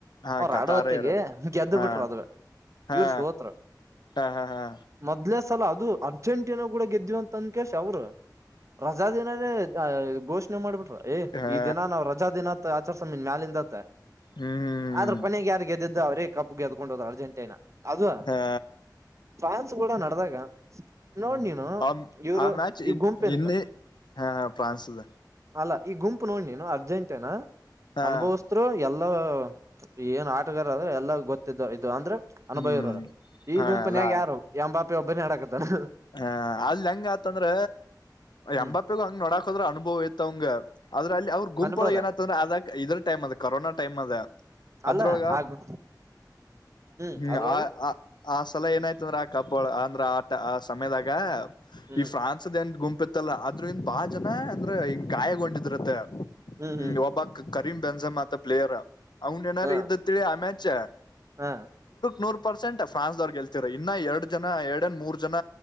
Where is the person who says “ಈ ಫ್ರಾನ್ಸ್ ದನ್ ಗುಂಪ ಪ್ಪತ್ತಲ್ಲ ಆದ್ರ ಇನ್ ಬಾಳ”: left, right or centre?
Left